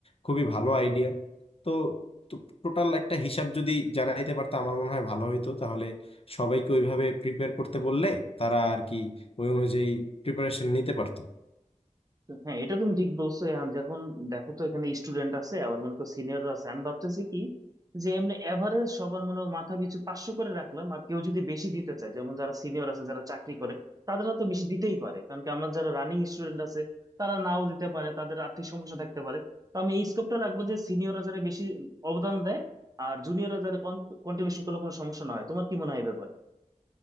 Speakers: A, on the left; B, on the right.
A: খুবই ভালো আইডিয়া তো তো টোটাল একটা হিসাব যদি জানাইতে পারতাম আমার মনে হয় ভালো হইতো তাহলে সবাইকে ওইভাবে প্রিপেয়ার করতে বললে তারা আর কি ওই অনুযায়ী প্রিপারেশন নিতে পারতো
B: তো হ্যাঁ এটা তুমি ঠিক বলছো এখন যখন দেখো তো এখানে স্টুডেন্ট আছে আবার মনে করো সিনিয়ররা আছে আমি ভাবতেছি কি যে এমনি এভারেজ সবার মনে হয় মাথা পিছু পাঁচশো করে রাখলাম আর কেউ যদি বেশি দিতে চায় যেমন যারা সিনিয়র আছে যারা চাকরি করে তাদেরও তো বেশি দিতেই পারে কারণ কি আমরা যারা রানিং স্টুডেন্ট আছে তারা নাও দিতে পারে তাদের আর্থিক সমস্যা থাকতে পারে তো আমি এই স্কোপটা রাখবো যে সিনিয়ররা যারা বেশি অবদান দেয় আর জুনিয়ররা যারা কম কন্ট্রিবিউশন করলে কোনো সমস্যা না হয় তোমার কি মনে হয় এ ব্যাপারে